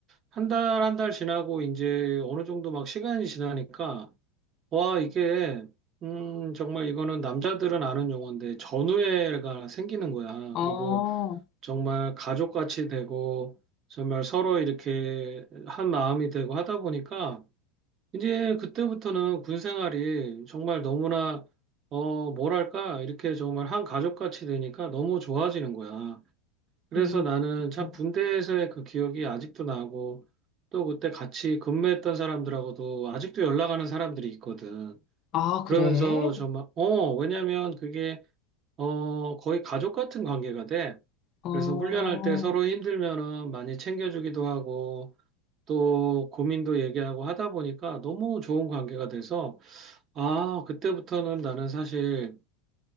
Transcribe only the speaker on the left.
어,
음.
음.
아,
그래?
어,